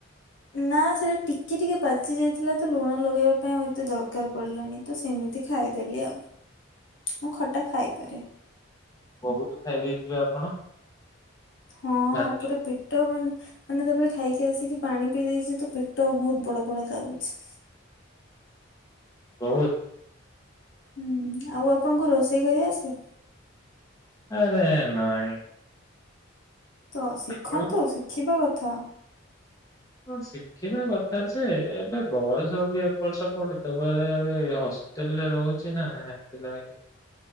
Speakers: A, on the left; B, on the left.
A: ନା ସେଇଟା ଟିକେ ଟିକେ ପାଚି ଯାଇଥିଲା ତ ଲୁଣ ଲଗେଇବା ପାଇଁ ଆଉ ଏତେ ଦରକାର ପଡିଲାନି। ତ ସେମିତି ଖାଇଦେଲି ଆଉ।
B: <unintelligible>
A: ମୁଁ ଖଟା ଖାଇପାରେ।
B: ବହୁତ ଖାଇ ଦେଇେଇଥିବେ ଆପଣ।
A: ହଁ
B: ଭାତ
A: ପୁରା ପେ ପେଟ ମାନେ ମାନେ ତାପରେ ଖାଇକି ଆସିକି ପାଣି ପିଇ ଦେଇଛି ତ ପେଟ ବହୁତ ବଡ ବଡ ଲାଗୁଛି।
B: ବହୁତ।
A: ହୁଁ ଆଉ ଆପଣଙ୍କୁ ରୋଷେଇ କରି ଆସେ।
B: ଆରେ ନାଇଁ।
A: ତ ଶିଖନ୍ତୁ
B: ଆପଣ
A: ଶିଖିବା କଥା।
B: ହଁ ଶିଖିବା କଥା ଯେ ଏବେ ବୟସ ବି ଏପଟ ସେପଟ ଦବାରେ ବି ହସ ତେଲେ ରହୁଚି ନା ହେଥିପାଇଁ।